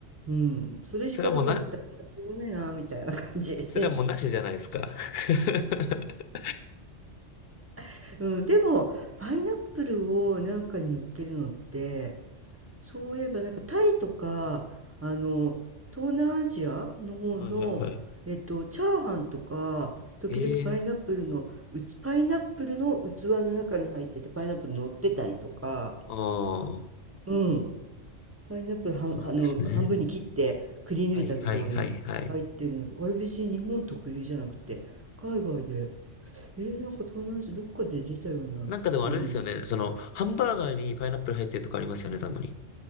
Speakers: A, on the right; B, on the left.
A: うん、それしかなかったら、
B: それはもうな、
A: しょうがないな、みたいな感じで。
B: それはもうなしじゃないですか。<laughs>
A: <laughs> うん、でも、パイナップルをなんかに乗っけるのって、そういえば、なんかタイとか、あの、東南アジアの方の、
B: はいはいはい。
A: えっと、チャーハンとか、時々パイナップルの、
B: ええ
A: うつ、パイナップルの器の中に入ってて、パイナップル乗ってたりとか、
B: ああ。
A: うん。パイナップルはん、
B: そうなんですね。
A: あの、半分に切ってくり抜いたところに入ってるのとか、
B: はいはいはいはい。
A: あれ別に日本特有じゃなくて、海外で、えー、なんか東南アジアどっかで出たような、
B: なんかでもあれですよね。
A: うん。
B: その、ハンバーガーにパイナップル入ってるとかありますよね、たまに。